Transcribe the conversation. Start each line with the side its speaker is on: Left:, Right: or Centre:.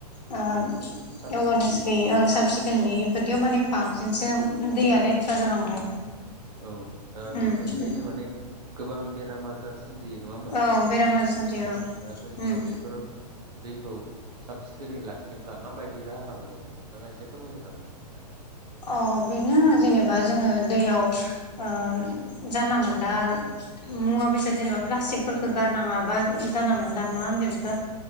Left: ओ
Right: औ साब
Left: एवारनेस
Right: सिखोन गैयियाव
Left: गैैयाव साबसि गैयैफोरदियाव माने बांसिनसो दैया लेथ्रा जालांबाय
Right: औ दा
Left: उम
Right: बेफोरनिफ्रायनो माने गोबां बेराम आजार सोमजियो नङा होमबा
Left: औ बेराम आजार सोमजियो
Right: औ दा जोङो
Left: ओम
Right: बेफोर दैखौ साब सिखोनै लाखिनोब्ला माबायदि राहा लानांगौ नोंथाङा एसे फोरमायगोन नामा?
Left: अ बेनो जेनेबा जोङो दैयाव ओम जानला मोनला मुवा बेसाद जेनेबा प्लास्टिकफोरखौ गारनाङा बा जाना मोनला मा होनगोन इखो